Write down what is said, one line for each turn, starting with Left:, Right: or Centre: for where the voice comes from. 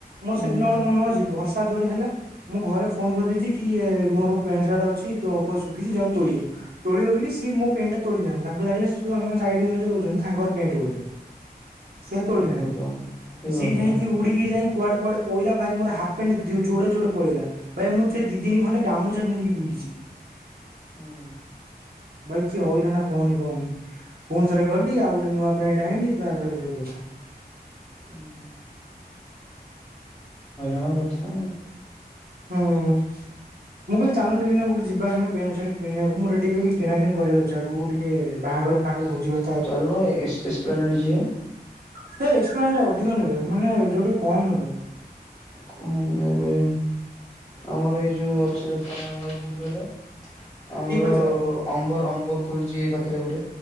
Right: ମୋର
Left: ହଁ
Right: ସେଦିନ ଗୋଟେ ମନେ ଅଛି ବର୍ଷା ଜୋରରେ ହେଲା ମୁଁ ଘରେ ଫୋନ କରିଦେଇଛି କି ମୋର ପ୍ୟାଣ୍ଟ ସାର୍ଟ ଅଛି ତ ଉପରେ ଶୁଖିଛି ଯାଅ ତୋଳିବ ତୋଳିବ ବୋଲି ସିଏ ମୋ ପେଣ୍ଟଟା ତୋଳି ନାହାଁନ୍ତି ତାଙ୍କୁ ଲାଗିଲା ସେ ଆମର ସାଇଟ ଘରେ ଜଉ ରଉସନ୍ତି ତାଙ୍କର ପେଣ୍ଟ ବୋଧେ। ସେ ତୋଳି
Left: ହେ
Right: ନାହାନ୍ତି
Left: ଭଗବାନ ହେ
Right: ସିଏ
Left: ଭଗବାନ
Right: ଯାଇକି ଉଡିକି ଯାଇକି କୁଆଡ଼େ କୁଆଡେ ପଇଲା ଭାଇ ମୋର ହାଫପ୍ୟାଣ୍ଟ ଯୋଡଡେ ଯୋଡେ ଡ ପଳେଇଲା। ଭାଇ ମୁଁ ସେ ଦିଦିନି ଖଣ୍ଡେ ଗାମୁଛା ପିନ୍ଧିକି ବୁଲିଛି।
Left: ହୁଁ
Right: ଭାଇ କି ହଇରାଣ କୁହନି କୁହନି ପୁଣି ଥରେ ଗଲି ଆଉ ଗୋଟେ ନୂଆ ପ୍ୟାଣ୍ଟ ଆଣିଲି ତାପରେ <inaudible> ଆଛ
Left: ହୁଁ କଣ କଥା ଆଉ।
Right: ହୁଁ। ମୁଁ କହିଲି ଚାଲୁନ ଟିକେ ଏଇନା କଉଠି ଯିବା ଏଇନା ପ୍ୟାଣ୍ଟ ଶାର୍ଟ କିଣିବାକୁ ମୋର ଟିକେ କିଣା କିଣି କରିବାର ଅଛି ଆଗକୁ ଟିକେ ବାହାଘର ତାଙ୍କର ବୁଝିବା।
Left: ଚାଲୁନୁ ଏକ୍ସ ଏକ୍ସପ୍ଲେନେଟ ଯିବା।
Right: ସେ ଇଛାପ୍ଲେନେଟ ଅଧିକ ନେବେ ମାନେ ଯୋଉଠି କମ ନେବେ।
Left: କାମ ନେବେ ଆମର ଏଇ ଯେଉଁ ଅଛି ଦୋକାନ କୋଉଠି କହିଲ। ଆମର
Right: ପି ବଜାର
Left: ଅମ୍ବର ଅମ୍ବର ଖୋଲୁଛି ଏ ପାଖରେ ଗୋଟେ